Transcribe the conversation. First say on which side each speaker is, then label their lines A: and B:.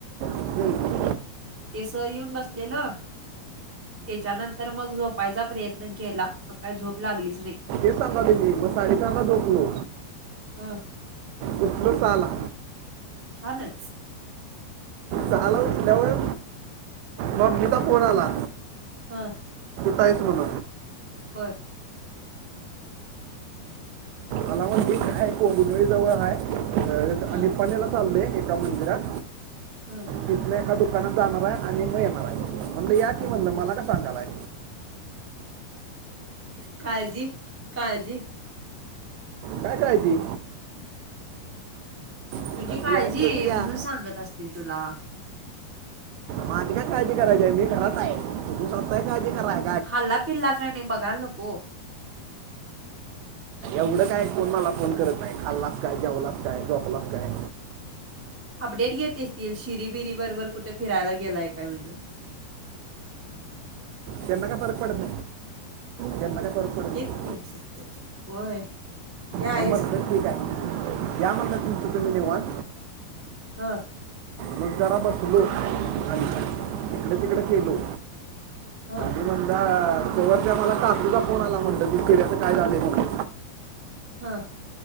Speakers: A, on the right; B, on the right.
A: हम्म.
B: ते सर येऊन बसलेलं त्याच्यानंतर मग झोपायचा प्रयत्न केला मग काय झोप लागलीच नाही
A: ां दिली मग सािकांना झोकलो
B: हा
A: उठल साला
B: छानच
A: झाला उठल्यावर मग मीदा फोन आला
B: हा
A: ठाय म्हण
B: बर.
A: आलामात दी ख आहेो गुधरी जावळ ख आहे
B: हं.
A: आणि पाण्याला चाललंय एका मंदिरात
B: हम्
A: तिथलं एका दुकानात जाणार आहे आणि म येणार आहे म्हणलं या की म्हणलं मला का सांगालाय
B: काळजी काळजी
A: काय करायची. कसं
B: तुझी काळजी
A: यायच तसं या
B: म्हणून सांगत असतील तुला,
A: माझी काय काळजी करायची आहे मी घरात आहे तु स्वतःय काळजी कराय.
B: खाल्लं पिल्ला काय नाही बघाय नको.
A: एवढं काय कोण मला फोन करत नाही खाल्लाच काय जेवलाच काय, झोपलास काय.
B: अपडेट घेततील शिरी बरी बरोबर कुठे फिरायला गेलाय काय म्हणून..
A: त्यांन काय फरक पडत त्यांन का फरक पडत
B: तेेत
A: नाही
B: की होय ते आहेच
A: मग म्हटलं
B: की
A: ठीक आहे यामला तुमचं धन्यवाद
B: हा
A: मग जरा बसलो आणि इकडे तिकडे केलो
B: हां
A: म्हणज तोवरच्या मला काकूचा फोन आला म्हणत की केल्याचं काय आले को.
B: हा